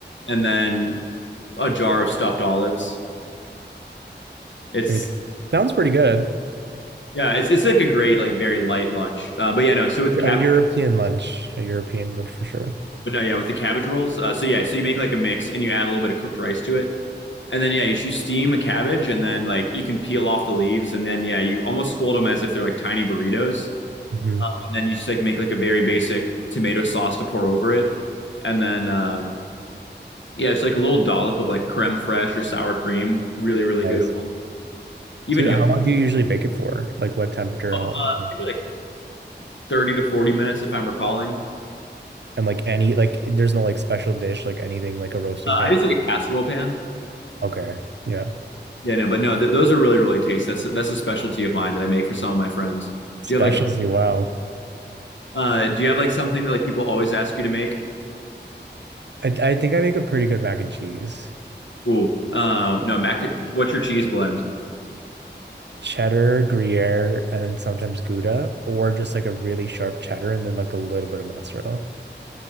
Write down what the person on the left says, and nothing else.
and then a jar of stuffed olives. It's
yeah, it's it's like a great like very light lunch. Uh, but yeah, no. So with the
cabbage,
no, yeah, with the cabbage rolls. Uh, so yeah, so you make like a mix and you add a little bit of cooked rice to it, and then yeah, you, you steam a cabbage and then like you can peel off the leaves and then yeah, you almost fold them as if they're like tiny burritos,
and then you just like make like a very basic tomato sauce to pour over it, and then uh, Yeah, it's like a little dollop of like creme fraiche or sour cream. Really, really
good. Even
yolk,
uh,
maybe like 30 to 40 minutes if I'm recalling.
Uh,
I use like a casserole pan.
Yeah, no, but no, th those are really, really tasty. That's that's a specialty of mine that I make for some of my friends.
Do you have like
uh do you have like something that like people always ask you to make?
Ooh. Um, no, mac what's your cheese blend?